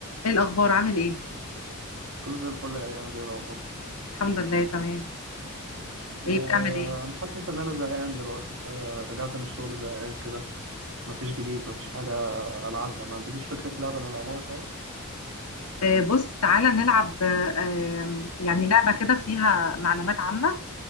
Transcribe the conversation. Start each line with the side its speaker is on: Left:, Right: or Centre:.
Left: ايه الاخبار عامل ايه
Right: كله زي الفل يا ايام زي الاخبار
Left: الحمد لله تمام
Right: آه،
Left: ايه بتعمل ايه
Right: انا حاسس ان انا زهقان دلوقتي شويه رجعت من الشغل زهقان كده مفيش جديد مفيش حاجه العبها ما عندكيش فكره لعبه نلعبها سوا
Left: آه بص تعالى نلعب آه آم، يعني لعبة كده فيها معلومات عامة